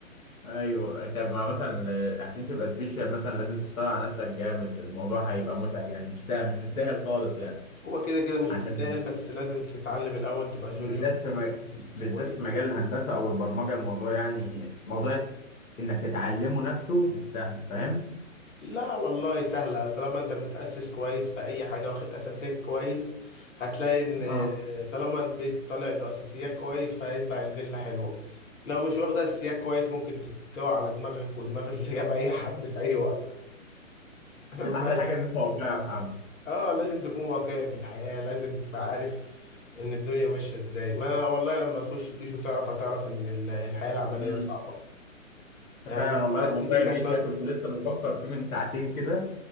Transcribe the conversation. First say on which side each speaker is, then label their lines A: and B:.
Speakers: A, on the left (about 85°); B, on the left (about 65°).
A: ايوه طب ما مثلا آه، عشان تبقى سبيشال مثلا لازم تشتغل على نفسك جامد الموضوع هيبقى متعب يعني مش سهل مش بالسهل خالص يعني
B: هو كده كده مش
A: عشان
B: بالساهل بس لازم تتعلم الاول تبقى جونيور
A: بالذات في مج...
B: بيزكس
A: بالذات
B: كويس
A: في مجال الهندسة أو البرمجة الموضوع يعني موضوع إنك تتعلمه نفسه مش سهل فاهم؟
B: لا والله سهلة طالما انت متأسس كويس في أي حاجة واخد أساسيات كويس هتلاقي إن
A: اه
B: طالما البيت طالع له أساسيات كويس فهيطلع الفيلا حلوة لو مش واخدة أساسيات كويس ممكن تتوه على دماغك ودماغ اللي جاب أي حد في أي وقت <laughs>
A: أحسن
B: بس
A: حاجة إن أنت واقعي يا محمد
B: اه لازم تكون واقعي في الحياة لازم تبقى عارف إن الدنيا ماشية إزاي ما والله لما تخش الجيش وتعرف هتعرف إن ال- الحياة العملية
A: امم
B: صعبة يعني
A: فعلا والله
B: ناس
A: وموضوع
B: كتير كانت
A: الجيش
B: تقعد
A: ده كنت لسه بفكر فيه من ساعتين كده